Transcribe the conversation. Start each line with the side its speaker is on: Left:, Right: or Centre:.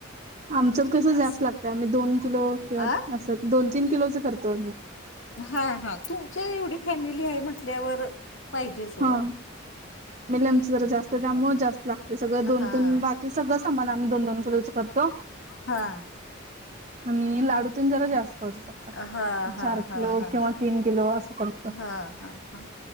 Right: आमच्यात कसं
Left: असं.
Right: जास्त लागतंय, आम्ही दोन किलो किंवा
Left: अ
Right: असं दोन तीन किलोच करतो आम्ही.
Left: हा हा, तुमच्या एवढी. फॅमिली हाय म्हटल्यावर पाहिजेच ओ.
Right: हा फॅमिली आमची जरा जास्तं त्यामुळे जास्त लागते. सगळं
Left: हा.
Right: दोन दोन भा ते सगळं सामान आणून, दोन दोन किलोच करतो.
Left: हा.
Right: आणि लाडू तेन जरा जास्तं.
Left: हा हा
Right: चार
Left: हा
Right: किलो
Left: हा
Right: किंवा तीन किलो असं करतो.
Left: हा हा हा.